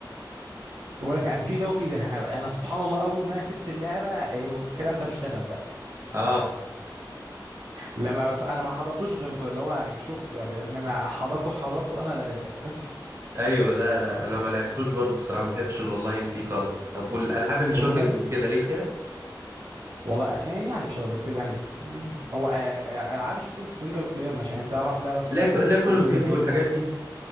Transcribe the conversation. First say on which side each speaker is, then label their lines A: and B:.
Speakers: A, on the right; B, on the right.
A: <laughs> ولك يعني في ده وفي ده انا سبحان الله اول ما انا سبت اللعبه إيه، الكلام ده اشتغل بقى
B: اه
A: لما ف- انا ما حضرتوش غير اللي هو يعني شفته يعني لما حضرته حضرته انا لا للاسف
B: ايوه لا لا انا ما لعبتوش برضه الصراحه ما لعبتش الاونلاين فيه خالص طب والالعاب الشوتينج
A: طب وانا
B: كده ليك فيها
A: والله إيه، يعني مش قوي بس يعني مم، هو آه، العاب الشوتينج سنجل بلاير ماشي يعني تعرف لعبه اسمها
B: لا
A: دوم
B: ك- لا كول
A: دوم
B: اوف
A: ايترنال
B: ديوتي والحاجات دي